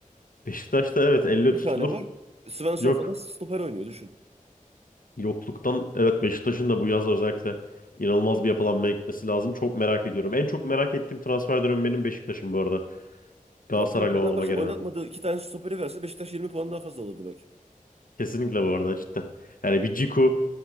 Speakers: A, on the left; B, on the right.
A: Beşiktaş'ta evet elle
B: Bir
A: tutulur.
B: tane var. Svensson
A: Yok.
B: falan stoper oynuyor düşün.
A: Yokluktan evet Beşiktaş'ın da bu yaz özellikle inanılmaz bir yapılanmaya gitmesi lazım. Çok merak ediyorum. En çok merak ettiğim transfer dönemi benim Beşiktaş'ım bu arada. Galatasaraylı
B: Zaten Fenerbahçe
A: olmama gerek
B: oynatmadığı
A: yok.
B: iki tane stoperi verse Beşiktaş 20 puan daha fazla alır demek.
A: Kesinlikle bu arada cidden. Yani bir Ciku